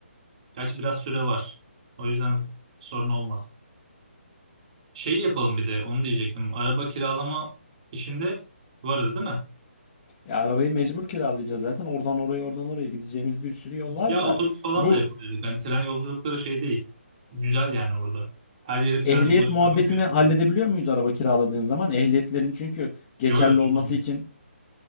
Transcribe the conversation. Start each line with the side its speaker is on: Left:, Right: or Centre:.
Right: Gerçi biraz süre var. O yüzden sorun olmaz. Şeyi yapalım bir de onu diyecektim. Araba kiralama işinde varız değil mi?
Left: Ya arabayı mecbur kiralayacağız zaten. Oradan oraya oradan oraya gideceğimiz bir sürü yol var
Right: Ya
Left: da.
Right: otobüs falan
Left: Bu
Right: da yapabilirdik. Hani tren yolculukları şey değil. Güzel yani orada. Her yere trenle
Left: ehliyet
Right: ulaşım
Left: muhabbetini
Right: yapabiliyorsunuz.
Left: halledebiliyor muyuz araba kiraladığın zaman? Ehliyetlerin çünkü geçerli
Right: Yo yo sorun
Left: olması
Right: olmuyor.
Left: için